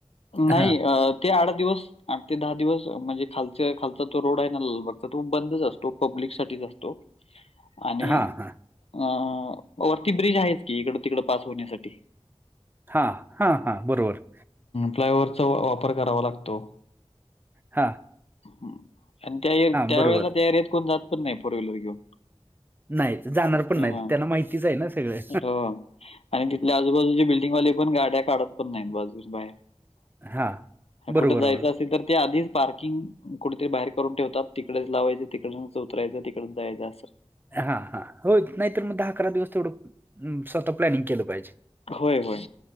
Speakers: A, on the left; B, on the right.
A: नाही
B: हा
A: ते आठ दिवस ते दहा दिवस म्हणजे खालच खाल. तो रोड आहे ना बघ तो बंदच असतो पब्लिक साठीच असतो आणि
B: हा हा
A: हो वरती ब्रिज आहेच की इकड तिकड पास होण्यासाठी.
B: हा हा हा बरोबर.
A: फ्लायओव्हरचा वापर करावा लागतो.
B: हां!
A: ह आणि त्या त्या
B: बरोबर
A: वेळेला एरियात कोणी जात पण नाही फोर व्हीलर घेऊन.
B: नाहीत जाणार
A: हां,
B: पण नाहीत त्यांना माहितीच आहे ना सगळे.
A: हो आणि तिथल्या आजूबाजूची बिल्डिंगवाली पण गाड्या काढत पण नाहीत बाजू बाहेर.
B: हां. बरोबर,
A: कुठे जायचं
B: बरोबर.
A: असेल तर ते आधीच. पार्किंग कुठेतरी बाहेर करून ठेवतात तिकडेच लावायचं तिकडच उतरायचं तिकड जायचं असं.
B: हा हा होत नाही तर मग दहा अकरा दिवस तेवढं स्वतः प्लॅनिंग केलं पाहिजे.
A: होय होय.